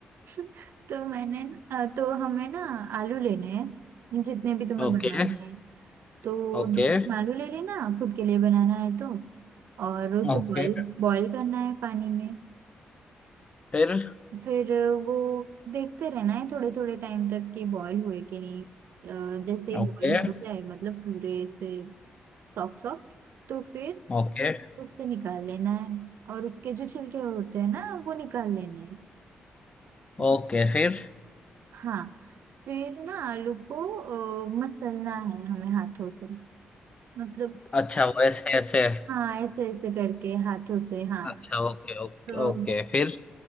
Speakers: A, on the right; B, on the left.
A: <laughs> तो मैंने अ, तो हमें ना आलू लेने हैं जितने
B: <laughs>
A: भी तुम्हें
B: ओके
A: बनाने हैं तो
B: ओके
A: दो तीन आलू ले लेना खुद के लिए बनाना है तो और उसे
B: ओके
A: बॉईल बॉईल करना है पानी में
B: फिर
A: फिर वो देखते रहना है थोड़े थोड़े टाइम तक कि बॉयल हुए कि नहीं अ, जैसे ही
B: ओके
A: बॉयल हो जाए मतलब पूरे से सॉफ्ट सॉफ्ट तो फिर
B: ओके
A: उससे निकाल लेना है और उसके जो छिलके होते हैं ना वो निकाल लेने हैं इस-
B: ओके फिर
A: हाँ फिर ना आलू को अ, मसलना है हमें हाथों से मतलब
B: अच्छा वो ऐसे ऐसे
A: हाँ ऐसे ऐसे करके हाथों से हाँ
B: अच्छा ओके ओके
A: तो
B: ओके फिर